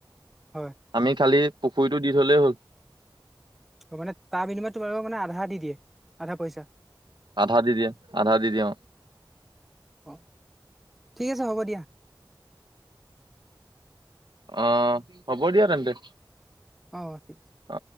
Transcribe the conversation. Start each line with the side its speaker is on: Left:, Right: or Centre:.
Centre: হয়।
Right: আমি খালি পুখুৰীতটো দি থ'লেই হ'ল
Centre: অ' মানে তাৰ বিনিময়ত তোমালোকক মানে আধা দি দিয়ে। আধা পইচা
Right: আধা দি দিয়ে আধা দি দিয়া।
Centre: অ' ঠিক আছে হ'ব দিয়া।
Right: অ' হ'ব দিয়া তেন্তে।
Centre: অঁ ঠিক আছে।
Right: অ